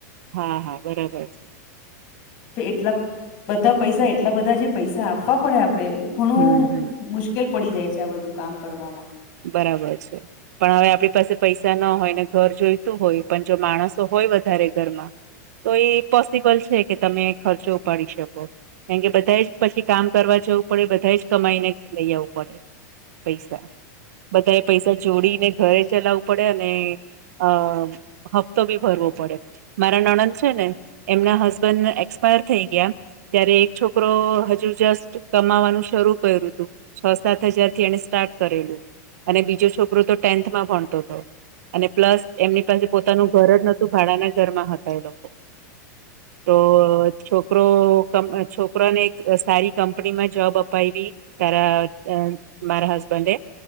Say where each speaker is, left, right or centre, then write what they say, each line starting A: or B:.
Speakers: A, on the right; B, on the left.
A: હા, હા બરબર છ.
B: તો એટલા બધા પૈસા એટલા બધા જે પૈસા આપવા પડે આપણે ઘણ
A: હમ્મ-હમ્મ.
B: મુશ્કેલ પડી જાય છે, આ બધું કામ કરવામાં.
A: બરાબર છે. પણ હવે આપણી પાસે પૈસા ન હોય, ને ઘર જોઈતું હોય, પણ જો માણસો હોય વધારે ઘરમાં તો એ પોસિબલ છે, કે તમે ખર્ચો ઉપાડી શકો. કેમ કે બધા એ જ પછી કામ કરવા જવું પડે, બધા એ જ કમાઈને લઈ આવું પડે પૈસા. બધા એ પૈસા જોડીને ઘરે ચલાવું પડે. અને અહ હફ્તો બી ભરવો પડે. મારા નણંદ છે ને, એમના હસ બન્ડ એક્સપાયર થઈ ગિયા. ત્યારે એક છોકરો હજુ જસ્ટ કમાવવાનું શરૂ કર્યું તું, છ-સાત હજાર થી એને સ્ટાર્ટ કરેલું. અને બીજો છોકરો તો ટેન્થમાં ભણતો તો. અને પ્લસ એમની પાસે પોતાનું ઘર જ નતું, ભાડાના ઘરમાં હતા એ લોકો. તો છોકરો કંપ છોકરાને એક સારી કંપ પનીમાં જોબ અપાઈવી, તારા અહ મારા હસબન્ડે.